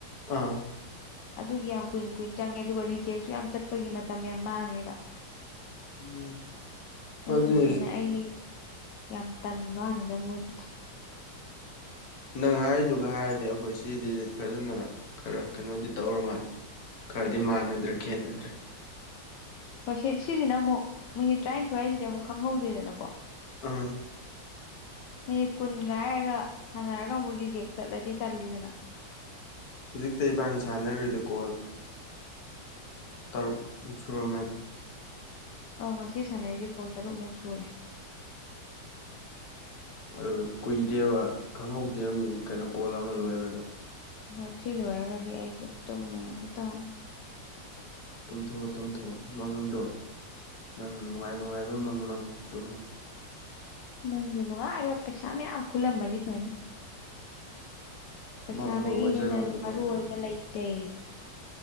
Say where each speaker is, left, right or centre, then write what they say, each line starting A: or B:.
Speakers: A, on the left (about 60°); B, on the left (about 75°).
A: ꯑꯥ
B: ꯑꯗꯨꯒꯤ ꯌꯥꯝ ꯀꯨꯏꯟ ꯀꯨꯏꯟ ꯆꯪꯉꯦ ꯑꯗꯨꯒ ꯔꯤꯖꯦꯛꯁꯨ ꯌꯥꯝ ꯆꯠꯄꯒꯤ ꯃꯇꯝ ꯌꯥꯝ ꯃꯥꯡꯉꯦꯕ
A: ꯎꯝ ꯍꯣꯏ
B: ꯑꯗꯨꯗꯨꯅꯅꯦ
A: ꯑꯗꯨ
B: ꯑꯩ ꯌꯥꯝ ꯇꯟꯕꯥꯅꯤꯗ ꯃꯣꯏꯗꯨꯗꯤ
A: ꯅꯪ ꯍꯥꯏꯔꯤꯗꯨꯒ ꯍꯥꯏꯔꯗꯤ ꯑꯩꯈꯣꯏ ꯁꯤꯗꯤ ꯐꯖꯅ ꯈꯔ ꯀꯩꯅꯣꯗꯤ ꯇꯧꯔ ꯃꯥꯜꯂꯦ ꯈꯔꯗꯤ ꯃꯥꯟꯅꯗ꯭ꯔꯦ ꯈꯦꯠꯅꯗ꯭ꯔꯦ
B: ꯍꯣꯏ ꯁꯤ ꯁꯤꯖꯤꯅ ꯑꯃꯨꯛ ꯃꯤꯅꯤꯠ ꯇꯔꯥꯟꯊꯣꯏ ꯍꯥꯏꯖꯤꯗꯤ ꯑꯃꯨꯛ ꯈꯪꯍꯧꯗꯦꯗꯅꯀꯣ
A: ꯎꯝ
B: ꯃꯤꯅꯤꯠ ꯀꯨꯟꯒ ꯍꯥꯏꯔꯒ ꯁꯥꯟꯅꯔꯒ ꯑꯃꯨꯛ ꯔꯤꯖꯦꯛ ꯆꯠꯂꯗꯤ ꯇꯜꯂꯤꯗꯅ
A: ꯍꯧꯖꯤꯛꯇ ꯏꯕꯥꯟꯅꯤ ꯁꯥꯟꯅꯔꯨꯏꯗꯨ ꯀꯣꯜ ꯇꯔꯨꯛ ꯃꯨꯛ ꯁꯨꯔꯝꯃꯅꯤ
B: ꯑꯧ ꯉꯁꯤ ꯁꯥꯟꯅꯩꯁꯦ ꯀꯣꯜ ꯇꯔꯨꯛꯃꯨꯛ ꯁꯨꯔꯦ
A: ꯑꯗꯨ ꯀꯨꯏꯗꯦꯕ ꯈꯪꯍꯧꯗꯦꯕ ꯃꯤ ꯀꯩꯅꯣ ꯀꯣꯜ ꯑꯃ ꯂꯣꯏꯕꯗ
B: ꯍꯣꯏ ꯁꯤ ꯂꯣꯏꯔꯒꯗꯤ ꯑꯩꯁꯨ ꯇꯨꯝꯃꯨꯅꯕ ꯇꯧꯔꯅꯤ
A: ꯇꯨꯝꯊꯣꯛꯑꯣ ꯇꯨꯝꯊꯣꯛꯑꯣ ꯃꯪꯗꯣ ꯅꯪ ꯅꯨꯡꯉꯥꯏ ꯅꯨꯡꯉꯥꯏꯕ ꯃꯪ ꯃꯪꯉ ꯇꯨꯝꯃꯨ
B: ꯃꯪꯗ ꯅꯨꯡꯉꯥꯏꯕ ꯄꯩꯁꯥ ꯃꯌꯥꯝ ꯈꯨꯜꯂꯝꯃꯗꯤ ꯐꯅꯤ ꯄꯩꯁꯥꯗꯒꯤ
A: ꯃꯪꯕ ꯑꯣꯏꯖꯔꯣ
B: ꯍꯦꯟꯅ
A: ꯑꯗꯨ
B: ꯃꯔꯨ
A: ꯃꯪꯗꯣ
B: ꯑꯣꯏꯕ ꯂꯩꯇꯦ